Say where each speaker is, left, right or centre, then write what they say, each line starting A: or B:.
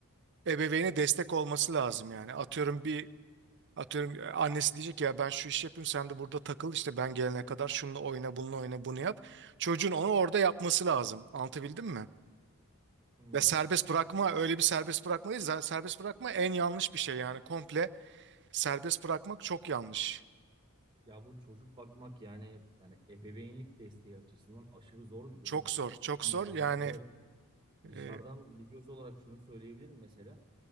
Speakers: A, on the right (about 55°); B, on the right (about 20°).
A: ebeveyne destek olması lazım yani. Atıyorum bir Atıyorum e, annesi diyecek ya ben şu işi yapayım sen de burada takıl işte ben gelene kadar şununla oyna bununla oyna bunu yap. Çocuğun onu orada yapması lazım. Anlatabildim mi?
B: hmm,
A: Ve serbest bırakma öyle bir serbest bırakma değil. Z- Serbest bırakma en yanlış bir şey yani komple serbest bırakmak çok yanlış.
B: ya bu çocuk bakmak yani yani ebeveynlik desteği açısından aşırı zor bir durum.
A: Çok zor çok
B: E çünkü
A: zor
B: düşün,
A: yani
B: evet
A: e,
B: dışarıdan bir göz olarak şunu söyleyebilirim mesela.